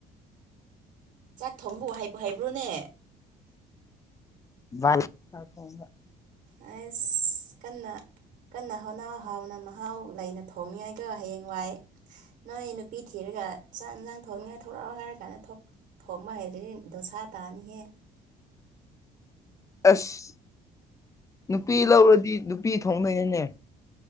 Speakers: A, on the right; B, on the left.
A: ꯆꯥꯛ ꯊꯣꯡꯕꯨ ꯍꯩꯕꯨ ꯍꯩꯩꯕ꯭ꯔꯣꯅꯦ
B: <unintelligible>
A: ꯑꯩꯁ ꯀꯟꯅꯥ ꯀꯟꯅ ꯍꯣꯠꯅꯧ ꯍꯥꯎꯅ ꯃꯍꯥꯎ ꯂꯩꯅ ꯊꯣꯡꯅꯤꯉꯥꯏꯗꯣ ꯍꯥꯌꯦꯡꯋꯥꯏ ꯅꯣꯏ ꯅꯨꯄꯤ ꯊꯤꯔꯒ ꯆꯥꯛ ꯏꯟꯁꯥꯡ ꯊꯣꯡꯅꯤꯡꯉꯥꯏ ꯊꯣꯔꯛꯑꯣ ꯍꯥꯏꯔ ꯀꯥꯟꯗ ꯊꯣꯛ ꯊꯣꯡꯕ ꯍꯩ <unintelligible> ꯗꯣꯁꯥ ꯇꯥꯅꯤꯍꯦ
B: ꯑꯁ ꯅꯨꯄꯤ ꯂꯧꯔꯥꯗꯤ ꯅꯨꯄꯤ ꯊꯣꯡꯗꯣꯏꯅꯤꯅꯦ